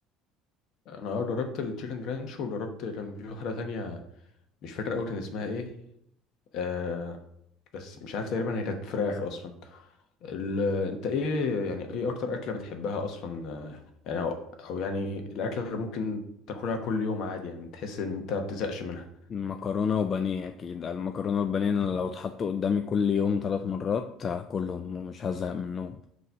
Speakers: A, on the left (about 60°); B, on the left (about 40°).
A: انا اه جربت التشيكن رانش وجربت كان في واحده تانية مش فاكر قوي كان اسمها ايه آه بس مش عارف تقريبا هي كانت فراخ اصلا ال... انت ايه يعني ايه اكتر اكلة بتحبها اصلا آه، يعني او, أو يعني الاكلة اللي ممكن تاكلها كل يوم عادي يعني تحس ان انت ما بتزهقش منها
B: مكرونة وبانيه أكيد المكرونة والبانيه أنا لو اتحطوا قدامي كل يوم ثلاث مرات هاكلهم ومش هزهق منهم